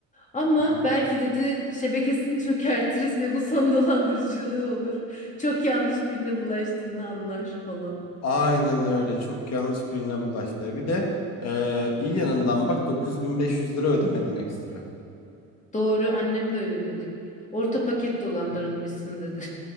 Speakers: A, on the left (about 20°); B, on the left (about 45°).
A: Ama
B: hı hı.
A: belki dedi şebekesini <laughs> çökertiriz ve bu son dolandırıcılığı olur. Çok yanlış birine bulaştığını anlar falan.
B: Aynen öyle çok yanlış birine bulaştı. Bir de eee, iyi yanından bak 9500 lira ödemedin ekstra.
A: Doğru annem de öyle dedi. Orta paket dolandırılmışsın
B: Hı hı.
A: dedi.